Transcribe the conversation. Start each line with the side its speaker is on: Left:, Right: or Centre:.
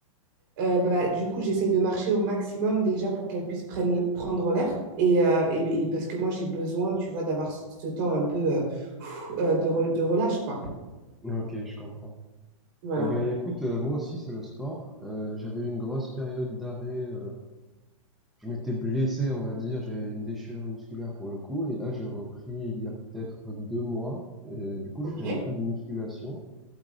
Right: Euh, bah, du coup, j'essaye de marcher au maximum déjà pour qu'elle puisse prenne- prendre l'air. Et, euh, et, et parce que moi, j'ai besoin, tu vois, d'avoir ce temps un peu euh, pff, euh, de, re- de relâche, quoi.
Centre: Ok, je comprends.
Right: Voilà.
Centre: Eh ben écoute, euh, moi aussi, c'est le sport. Euh, j'avais eu une grosse période d'arrêt. euh, Je m'étais blessé, on va dire, j'ai une déchirure musculaire pour le coup, et là j'ai repris il y a peut-être deux mois, et du coup
Right: Ok,
Centre: je fais
Right: c'est
Centre: un peu de musculation